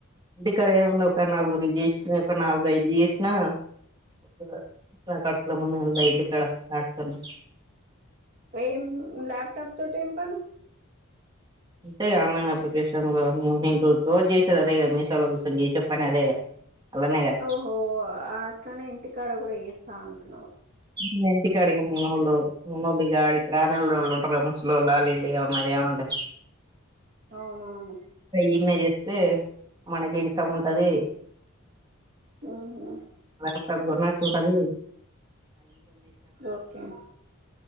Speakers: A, on the right; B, on the right.
A: ఇంటికాడే ఉన్న ఒక నాలుగురు చేసిన ఒక నాలుగు ఐదు చేసిన ఆ లాప్టాప్ <unintelligible> ఇంటి కాడ <unintelligible>
B: ఏం లాప్టాప్ తోటి ఏం పని
A: అంతే గా ఆన్లైన్ అప్లికేషన్ లో అని రోజు చేసేది అదే కదా మీసోలో కూసొని చేసే పని అదేగా అలానేగా
B: ఓహో అట్లనే ఇంటికాడ కూడా చేస్తా అంటవ్
A: <unintelligible> కాడిగ మానోళ్ళు మునోళ్ళడికి రా నోళ్ళు ఉంటరు కదా ముసలోళ్ళు ఆళ్ళు వీళ్లు ఏమన్న ఏమంటె
B: అవునవును
A: ఈన్నే చే స్తే మనకి ఇన్కమ్ ఉంటది
B: ఉహు
A: అంటే పద్దనే వచ్చేపటికి
B: ఓకే